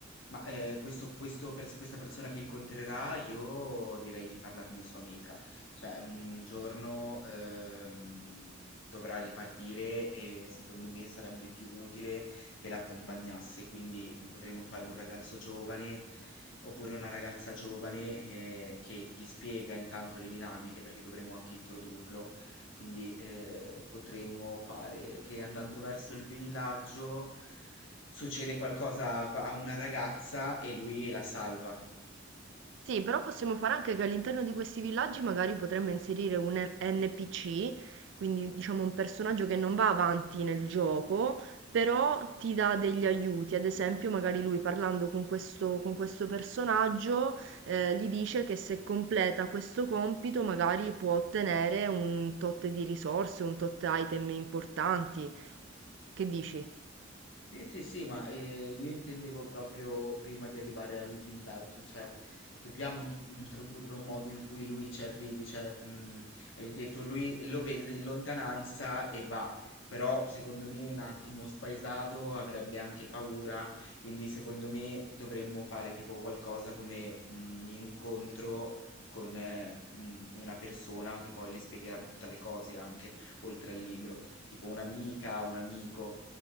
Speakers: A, on the left; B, on the right.
A: ma eh, questo, questo pers- questa persona che incontrerà, io direi di farla come sua amica. Cioè, un giorno ehm, dovrà ripartire e secondo me sarebbe più utile che l'accompagnasse. Quindi mm, potremmo fare un ragazzo giovane oppure una ragazza giovane eh, che gli spiega intanto le dinamiche perché dovremmo anche introdurlo quindi eh, potremmo fare che andando verso il villaggio succede qualcosa a qua- a una ragazza e lui la salva.
B: Sì, però possiamo fare anche che all'interno di questi villaggi magari potremmo inserire un N- NPC, quindi diciamo un personaggio che non va avanti nel gioco, però ti dà degli aiuti. Ad esempio, magari lui parlando con questo, con questo personaggio, eh, gli dice che se completa questo compito magari può ottenere un tot di risorse, un tot item importanti. Che dici?
A: Sì, sì, sì, ma eh, io intendevo proprio prima di arrivare al villaggio, cioè dobbiamo in- introdurre un modo in cui lui ci arrivi, cioè mh, hai detto lui lo vede in lontananza e va, però secondo me è un attimo spaesato, avrebbe anche paura, quindi secondo me dovremmo fare tipo qualcosa come mh, un incontro con eh, un- una persona che poi le spiegherà tutte le cose anche oltre al libro, tipo un'amica, un amico.